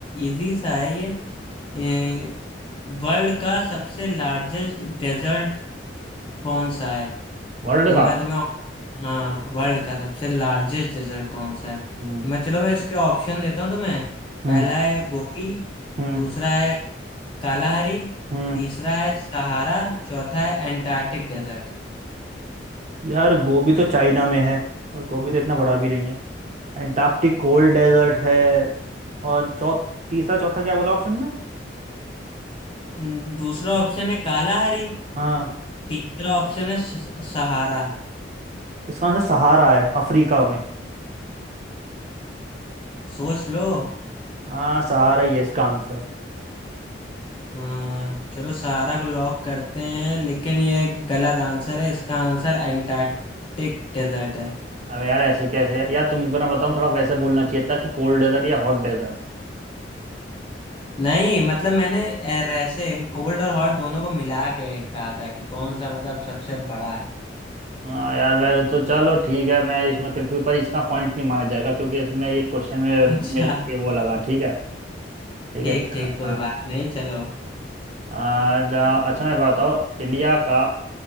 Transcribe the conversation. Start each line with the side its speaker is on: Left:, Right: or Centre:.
Left: इजी सा है ये वर्ल्ड का सबसे लार्जेस्ट डेजर्ट कौन सा है
Right: वर्ल्ड
Left: तो
Right: का
Left: मैं तुम्हें हाँ वर्ल्ड का सबसे लार्जेस्ट डेजर्ट कौन सा है तो
Right: हम्म
Left: मैं चलो मैं इसके ऑप्शन देता हूँ तुम्हें
Right: हम्म
Left: पहला है गोबी
Right: हम्म
Left: दूसरा है कालाहारी
Right: हम्म।
Left: तीसरा है सहारा चौथा है एंटार्क्टिक डेजर्ट
Right: यार गोभी तो चाइना में है और गोभी तो इतना बड़ा भी नहीं है एंटार्क्टिक कोल्ड डेजर्ट है और चौ तीसरा चौथा क्या बोला ऑप्शन में
Left: हम्म, दूसरा ऑप्शन है कालाहारी
Right: हाँ
Left: तीसरा ऑप्शन है स- सहारा
Right: इसका आंसर सहारा है अफ्रीका में
Left: सोच लो
Right: हाँ सहारा ही है इसका आंसर
Left: हाँ, चलो सहारा को लॉक करते हैं लेकिन ये गलत आंसर है इसका आंसर एंटार्क्टिक डेजर्ट है
Right: अबे यार ऐसे कैसे या, यार तुमको ना बताऊँ थोड़ा वैसे बोलना चाहिए था कि कोल्ड डेजर्ट या हॉट डेजर्ट
Left: नहीं मतलब मैंने ऐ- ऐसे कोल्ड और हॉट दोनों को मिला के कहा था कि कौन सा मतलब सबसे बड़ा है
Right: हाँ यार वैसे तो चलो ठीक है मैं इसमें कंफ्यूज पर इसका पॉइंट नहीं माना जाएगा क्योंकि इसमें ये क्वेश्चन में
Left: अच्छा
Right: मेरे को ये वो लगा ठीक है ठीक
Left: ठीक
Right: है चलो
Left: ठीक कोई
Right: हाँ
Left: बात नहीं चलो
Right: आ, जा, अच्छा मैं बताओ इंडिया का